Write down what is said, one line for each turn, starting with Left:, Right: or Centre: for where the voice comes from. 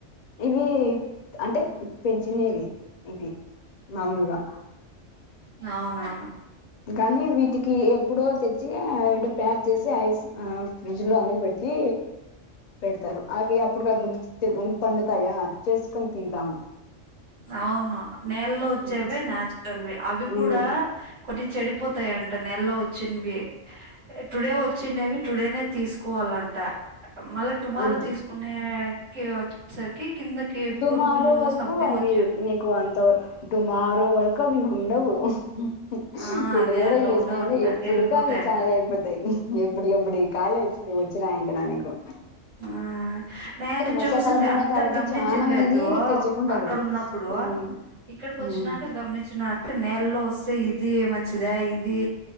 Left: ఇవి అంటే పెంచినవి ఇవి మామూలుగా
Right: అవునవును
Left: కానీ వీటికి ఎప్పుడో తెచ్చి అంటే ప్యాక్ చేసి ఐస్ ఆ ఫ్రిడ్జ్ లో అందుకు పెట్టి పెడతారు అవి అప్పుటికప్పుడు పండుతాయా చేసుకొని తింటాము.
Right: అవును నేలలో వచ్చేవి
Left: ఉమ్
Right: నాచురల్వి అవి
Left: ఉమ్
Right: కూడా కొన్ని చెడ పోతాయంట నెలో వచ్చిినవి టుడే వచ్చిండేవి టుడేనే తీసుకోవాలంట మళ్ళా టుమారో
Left: ఉమ్
Right: తీసుకునే వచ్చేసరికి కిందకి
Left: టుమారో
Right: పురుగులు
Left: వరకు
Right: సంథింగ్
Left: అవి
Right: వచ్చ
Left: నీకు అంత టుమారో వరకు అవి ఉండవు ఆ
Right: ఆ
Left: ఇప్పుడు
Right: అదే
Left: కూడా
Right: అట్లా
Left: లేస్తాయంటే
Right: ఉండవంట
Left: ఎప్పుడుక
Right: వెళ్ళిపోతాయంట
Left: అవి కాళీ అయిపోతాయి ఎప్పటికిప్పుడువి కాలీ అయిపోతాయి వచ్చినాయ నా నకు
Right: ఆ నేను
Left: వర్షాకాలంలోనే
Right: చూసిినలే అంత
Left: కాబట్టి
Right: గమని
Left: చానా
Right: చ్చినలేదు
Left: మంది తెచ్చుకుంటారు
Right: అక్కడ ఉన్నప్పుడు
Left: ఉమ్
Right: ఇక్కడికి వచ్చినాక
Left: ఉమ్
Right: గమనించినంటే నేలల్లో వస్తే ఇది మంచిదా ఇది